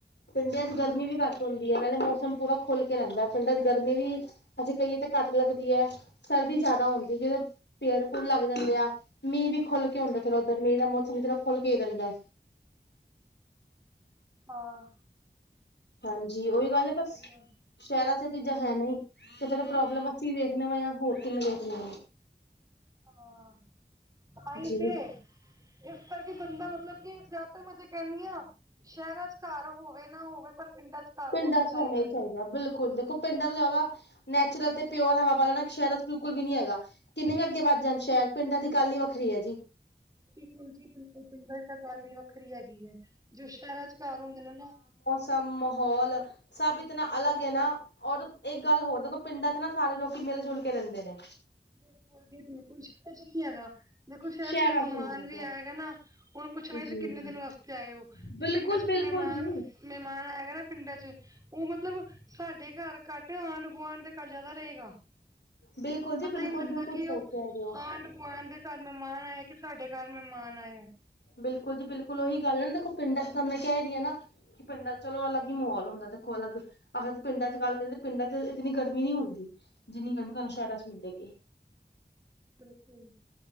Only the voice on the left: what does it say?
ਪਿੰਡਾਂ ਚ ਗਰਮੀ ਵੀ ਘੱਟ ਹੁੰਦੀ ਹੈ ਨਾਲੇ ਮੌਸਮ ਪੂਰਾ ਖੁੱਲ ਕੇ ਰਹਿੰਦਾ ਪਿੰਡਾਂ ਗਰਮੀ ਵੀ ਅਸੀਂ ਕਹੀਏ ਤਾਂ ਘੱਟ ਲੱਗਦੀ ਹੈ ਸਰਦੀ ਜ਼ਿਆਦਾ ਹੁੰਦੀ ਜ ਪੇੜ ਪੂੜ ਲੱਗ ਜਾਂਦੇ ਆ ਮੀਂਹ ਵੀ ਖੁੱਲ ਕੇ ਆੁੰਦਾ ਚੋੱਧਰ ਮੀਹ ਦਾ ਮੌਸਮ ਵੀ ਚ ਖੁੱਲ ਕੇ ਹੀ ਰਹਿੰਦਾ
ਹਾਂਜੀ ਉਓਹੀ
ਗੱਲ
ਹੈ ਬਸ
ਸ਼ਹਿਰਾਂ ਚ ਇਹ ਚੀਜ਼ਾਂ ਹੈ ਨ ਤੇ ਫੇਰ ਪ੍ਰੋਬਲਮ ਅਸੀ ਦੇਖ ਲ ਵਾਂ ਜਾਂ ਹੋਰ ਕਿੰਨੇ ਦੇਖ ਲ
ਜੀ
ਪਿੰਡ
ਦਾ ਸੋਣਾ ਹੀ ਚਾਹੀਦਾ
ਬਿਲਕੁਲ ਦੇਖੋ ਪਿੰਡਾਂ ਤੋਂ ਜ਼ਿਆਦਾ ਨੈਚੁਰਲ ਤੇ ਪਿਓਰ ਹਵਾ ਵਾਲਾ ਨਾ ਸ਼ਹਿਰਾਂ ਚ ਬਿਲਕੁਲ ਵੀ ਨੀ ਹੈਗਾ ਕਿੰਨੇ ਵੀ ਅੱਗੇ ਵੱਧ ਜਾਣ ਸ਼ਹਿਰ ਪਿੰਡਾਂ ਦੀ ਗੱਲ ਹੀ ਵੱਖਰੀ ਹੈ ਜੀ
ਸ ਮਾਹੌਲ ਸਭ ਇਤਨਾ ਅਲਗ ਹੈ ਨਾ ਔਰ ਇੱਕ ਗੱਲ ਹੋਰ ਦੇਖੋ ਪਿੰਡਾਂ ਚ ਨਾ ਸਾਰੇ ਲੋਕੀ ਮਿਲ ਜੁਲ ਕੇ ਰਹਿੰਦੇ ਨੇ
ਸ਼ਹਿਰਾਂ
ਨੀ ਹੈਗਾ
ਜੀ
ਜੀ
ਬਿਲਕੁਲ
ਬਿਲਕੁਲ
ਜੀ
ਬਿਲਕੁਲ। ਜੀ
ਬਿਲਕੁਲ
ਬਿਲਕੁਲ
ਸਹੀ
ਕਹਿ ਰਹੇ ਹੋ
ਬਿਲਕੁਲ ਜੀ ਬਿਲਕੁਲ ਉਹੀ ਗੱਲ ਨਾ ਦੇਖੋ ਪਿੰਡਾਂ ਚ ਤਾਂ ਮੈਂ ਕੈ ਹੀ ਦੀ ਨ ਕਿ <unintelligible> ਚਲੋ ਅਲੱਗ ਹੀ ਮਾਹੌਲ ਹੁੰਦਾ ਦੇਖੋ ਅਲੱਗ ਆਹਦ ਪਿੰਡਾਂ ਚ ਗੱਲ ਕਰੀਏ ਤਾਂ ਪਿੰਡਾਂ ਚ ਇਤਨੀ ਗਰਮੀ ਨੀ ਹੁੰਦੀ, ਜਿੰਨੀ ਗਰਮੀ ਤੁਹਾਨੂੰ ਸ਼ਹਿਰਾਂ ਚ ਮਿਲੇਗੀ।